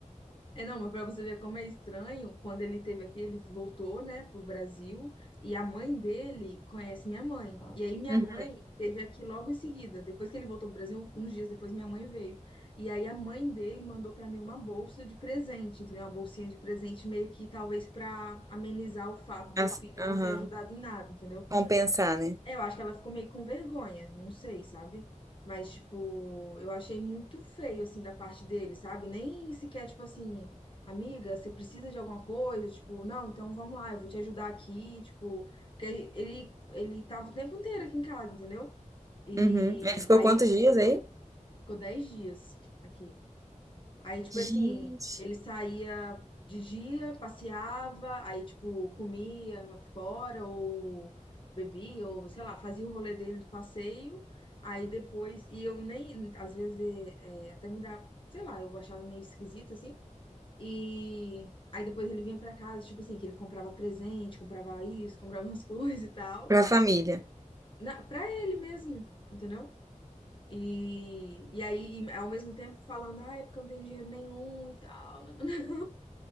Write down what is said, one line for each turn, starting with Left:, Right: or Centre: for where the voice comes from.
Left: É, não, mas para você ver como é estranho, quando ele teve aqui, ele voltou, né, pro Brasil, e a mãe dele conhece minha mãe. E aí minha
Right: Uhum.
Left: mãe teve aqui logo em seguida, depois que ele voltou pro Brasil, uns dias depois minha mãe veio. E aí a mãe dele mandou para mim uma bolsa de presente, entendeu? Uma bolsinha de presente meio que talvez para amenizar o fato
Right: Assim,
Left: do filho
Right: aham.
Left: não ter ajudado em nada, entendeu?
Right: Compensar, né?
Left: É, Eu acho que ela ficou meio com vergonha, não sei, sabe? Mas, tipo, eu achei muito feio, assim, da parte dele, sabe? Nem sequer, tipo assim, amiga, você precisa de alguma coisa? Tipo, não, então vamos lá, eu vou te ajudar aqui, tipo, porque ele, ele tava o tempo inteiro aqui em casa, entendeu? E
Right: Uhum. Ele ficou
Left: aí,
Right: quantos
Left: tipo,
Right: dias aí?
Left: ficou 10 dias aqui. Aí, tipo
Right: Gente.
Left: assim, ele saía de dia, passeava, aí, tipo, comia fora ou bebia, ou sei lá, fazia o rolê dele do passeio. Aí depois, e eu nem, às vezes, é, é, até me dá, sei lá, eu achava meio esquisito assim. E aí depois ele vinha pra casa, tipo assim, que ele comprava presente, comprava isso, comprava umas <laughs> coisas e tal,
Right: Pra família.
Left: na, pra ele mesmo, entendeu? E, e aí, e ao mesmo tempo, falando, ah, é porque eu não tenho dinheiro nenhum e tal. <laughs>